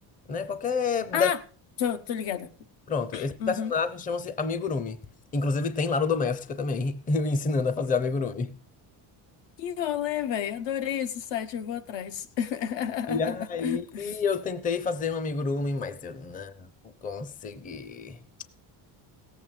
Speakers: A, on the left; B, on the left.
A: né? Qualquer
B: Ah,
A: desenho.
B: tô, tô ligada.
A: Pronto, esses
B: Uhum.
A: personagens chamam-se amigurumi. Inclusive tem lá no Doméstica também, <laughs> eu ensinando a fazer amigurumi.
B: Que rolê, velho. Adorei esse site, eu vou atrás. <laughs>
A: E aí eu tentei fazer um amigurumi, mas eu não consegui.